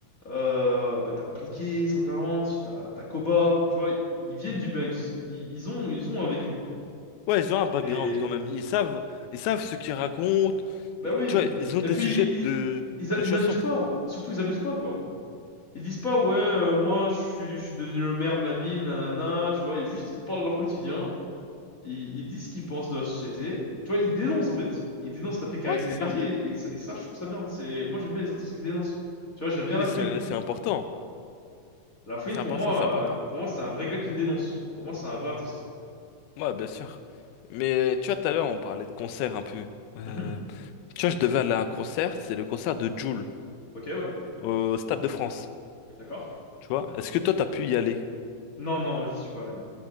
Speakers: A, on the left; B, on the left.
A: euh, bah, t'as Impliqué, 140, t'as t'as Koba, tu vois, ils viennent du Banks. Ils, ils ont, ils ont un vécu.
B: Ouais, ils ont un background
A: Et
B: quand même. Ils savent, ils savent ce qu'ils racontent.
A: bah
B: Euh,
A: oui.
B: Tu vois, ils ont
A: Et
B: des
A: puis
B: sujets de,
A: ils, ils,
B: de
A: a- ils
B: chansons.
A: abusent pas. Surtout ils abusent pas quoi. Ils disent pas ouais euh, moi je suis, je suis devenu le maire de la ville, nanana, tu vois, ils juste ils parlent de leur quotidien, ils, ils disent ce qu'ils pensent de la société. Tu vois, ils dénoncent en fait. Ils dénoncent la précarité
B: Ouais, c'est
A: des
B: ça.
A: quartiers et, ça, et ça, je trouve ça bien. C'est moi j'aime bien les artistes qui dénoncent. Tu vois, j'aime bien
B: Mais
A: La
B: c'est c'est important.
A: Lafouine,
B: C'est
A: pour
B: important,
A: moi,
B: c'est important.
A: euh, pour moi, c'est un vrai gars qui dénonce. Pour moi, c'est un vrai artiste.
B: Ouais, bien sûr. Mais euh, tu vois, tout à l'heure, on parlait de concert un peu. Euh,
A: Mhm.
B: tu vois, je devais aller à un concert. C'est le concert de Jul
A: Ok, ouais,
B: au Stade de France.
A: d'accord.
B: Tu vois, est-ce que toi, t'as pu y aller?
A: Non, non, moi, j'y suis pas allé, moi.